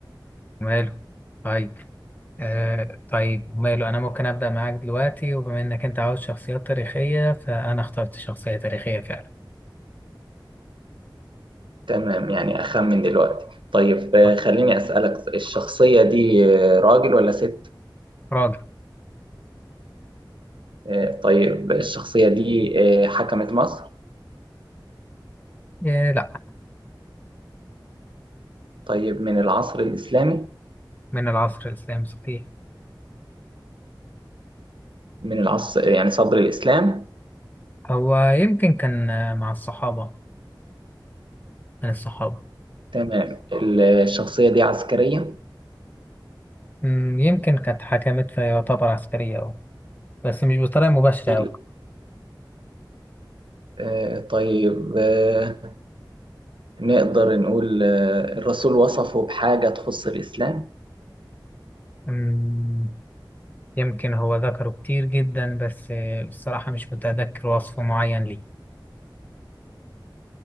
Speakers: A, on the left; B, on the right.
A: ماله طيب آه طيب ماله أنا ممكن أبدأ معاك دلوقتي وبما إنك أنت عاوز شخصيات تاريخية فأنا اخترت شخصية تاريخية فعلا
B: تمام يعني أخمن دلوقتي طيب آه،
A: طيب،
B: خليني أسألك الشخصية دي آه، راجل ولا ست؟
A: راجل
B: آه، طيب الشخصية دي آه، حكمت مصر؟
A: إيه لا
B: طيب من العصر الإسلامي؟
A: من العصر الإسلامي صحيح
B: من العصر يعني صدر الإسلام؟
A: هو يمكن كان آه، مع الصحابة من الصحابة
B: تمام ال- الشخصية دي عسكرية؟
A: مم، يمكن كانت حكمت فيعتبر عسكرية أه بس مش بطريقة مباشرة
B: ال-
A: أوي
B: آه، طيب آه، نقدر نقول آه، الرسول وصفه بحاجة تخص الإسلام؟
A: مم، يمكن هو ذكره كتير جدا بس آه، بصراحة مش متذكر وصف معين ليه